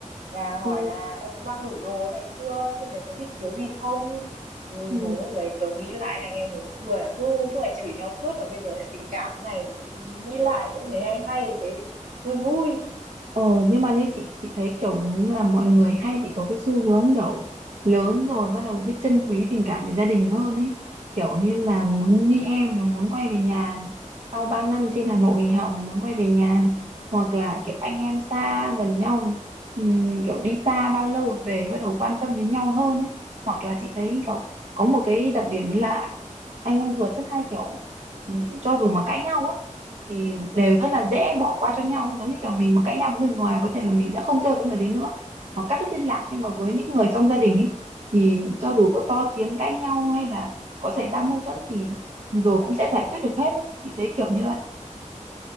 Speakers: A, on the right; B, on the right.
A: là hỏi
B: ừ
A: là "Ừ, mang đủ đồ này chưa trên đấy có bị thiếu gì không ui
B: ừ.
A: mà lúc đấy kiểu nghĩ lại anh em hồi xưa là cứ suốt ngày chửi nhau suốt mà bây giờ lại tình cảm này nghĩ lại cũng thấy hay hay thế vui vui
B: ờ nhưng mà như chị chị thấy kiểu là mọi người hay bị có cái xu hướng kiểu lớn rồi bắt đầu biết trân quý tình cảm với gia đình hơn ấy kiểu như là muốn như em là muốn quay về nhà này. sau bao năm trên Hà Nội học muốn quay về nhà này hoặc là kiểu anh em xa gần nhau ừm, kiểu đi xa bao lâu rồi về bắt đầu quan tâm đến nhau hơn ấy hoặc là chị thấy kiểu có một cái đặc điểm là anh em ruột rất hay kiểu ừm, cho dù mà cãi nhau ấy thì đều rất là dễ bỏ qua cho nhau ấy. giống như kiểu mình mà cãi nhau với người ngoài có thể là mình sẽ không chơi với người đấy nữa hoặc cắt đứt liên lạc nhưng mà với những người trong gia đình ấy thì cho dù có to tiếng cãi nhau hay là có xảy ra mâu thuẫn thì rồi cũng sẽ giải quyết được hết ấy chị thấy kiểu như vậy